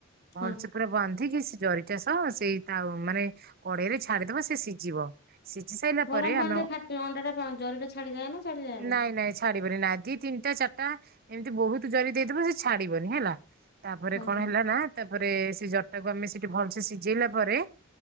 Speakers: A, on the right; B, on the left.
A: ଭଲସେ
B: ହଁ
A: ପୁରା ବାନ୍ଧିକି ଜରିଟା ସହ ସେଇ ତା ମାନେ କଡେଇରେ ଛାଡିଦବା ସେ ସିଝିବ। ସିଝି ସାଇଲା
B: ଗରମ
A: ପରେ
B: ପାଣିରେ
A: ଆମେ
B: ଫାଟି ଅଣ୍ଡା ଟା ଜରି ଟା ଛାଡିଯାଏ ନା ଛାଡିଯାଏନି?
A: ନାଇଁ ନାଇଁ ଛାଡିବନି ନା ଦି ତିନ ଟା ଚାରିଟା ଏମିତି ବହୁତ ଜରି ଦେଇଦେବ ସେ ଛାଡିବନି ହେଲା। ତାପରେ
B: ଓହୋ
A: କଣ ହେଲା ନା ତା ପରେ ସେ ଜରିଟାକୁ ଆମେ ସେଠି ଭଲ ସେ ସିଜ ଜେଇଲା ପରେ,